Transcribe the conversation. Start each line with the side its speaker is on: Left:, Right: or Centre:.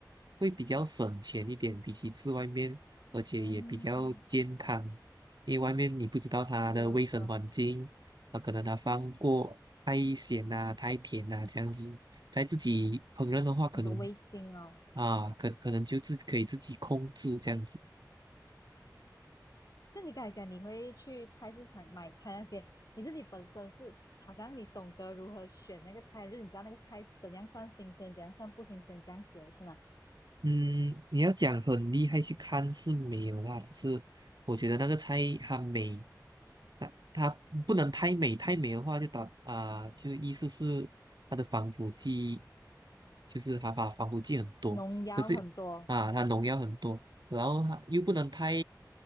Right: 会比较省钱一点，比起吃外面，而且也比较健康，
Left: 嗯，
Right: 因为外面你不知道它的卫生环境，
Left: 是哦是哦，
Right: 啊，可能它放过太咸啊、太甜啊这样子，在自己烹饪的话，可能
Left: 你的味精哦。
Right: 啊，可可能就自可以自己控制这样子。
Left: 像你刚才讲，你会去菜市场买菜那些，你自己本身是好像你懂得如何选那个菜，就是你知道那个菜是怎样算新鲜，怎样算不新鲜，这样子的是吗？
Right: 嗯，你要讲很厉害去看是没有啦，只是我觉得那个菜它美，它它不能太美，太美的话就导啊、就意思是它的防腐剂，就是它把防腐剂很多，
Left: 农药很多，
Right: 可是啊，它农药很多，然后它又不能太